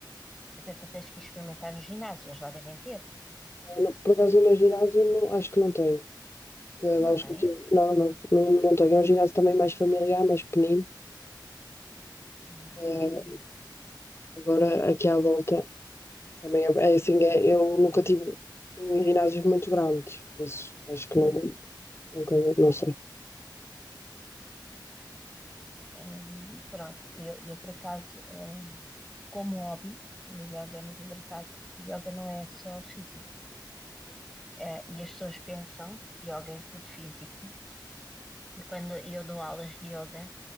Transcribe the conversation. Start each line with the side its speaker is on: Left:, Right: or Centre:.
Centre: Até tu tens que experimentar no ginásio, eles lá devem ter.
Left: Ah, Não- por acaso, no meu ginásio, não, acho que não tenho. Porque as
Centre: Não
Left: aulas
Centre: têm?
Left: que eu tive, não, não, não, não tenho. É um ginásio também mais familiar, mais pequenino.
Centre: Uhum.
Left: Eh, agora, aqui à volta, também é, é assim, é- eu nunca tive em ginásios muito grandes, por isso acho que não, nunca, não sei.
Centre: Hum, pronto, eu, eu por acaso, hum, como hobby, o yoga é muito engraçado porque o yoga não é só físico. Eh, e as pessoas pensam que yoga é tudo físico. E quando eu dou aulas de yoga,